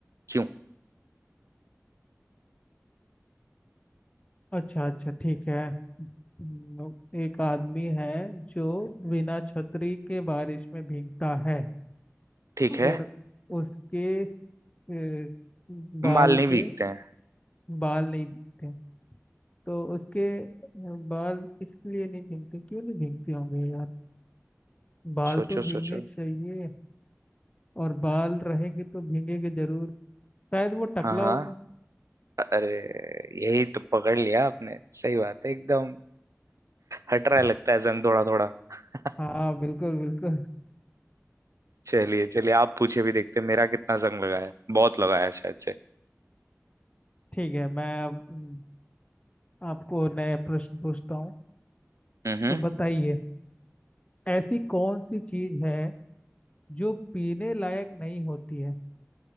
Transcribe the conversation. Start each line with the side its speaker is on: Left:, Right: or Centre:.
Right: क्यों
Left: अच्छा अच्छा ठीक है हम्म, एक आदमी है जो बिना छतरी के बारिश में भीगता है
Right: ठीक
Left: अगर
Right: है
Left: उसके अ,
Right: म-
Left: बाल
Right: बाल नहीं
Left: पे
Right: भीगते हैं
Left: बाल नहीं भीगते तो उसके अ, बाल इसलिए नहीं भीगते क्यों नहीं भीगते होंगे यार बाल
Right: सोचो
Left: तो भीगने
Right: सोचो
Left: चाहिए और बाल रहेंगे तो भीगेंगे जरूर शायद वो टकला
Right: हाँ हाँ
Left: होगा
Right: अरे यही तो पकड़ लिया आपने सही बात है एकदम हट रहा है लगता है जंग थोड़ा थोड़ा <laughs>
Left: हाँ बिल्कुल बिल्कुल
Right: चलिए चलिए आप पूछे भी देखते हैं मेरा कितना जंग लगा है बहुत लगा है शायद से
Left: ठीक है मैं अब हम्म, आपको नए प्रश्न पूछता हूँ
Right: हम्म हम्म।
Left: तो बताइए ऐसी कौन सी चीज है जो पीने लायक नहीं होती है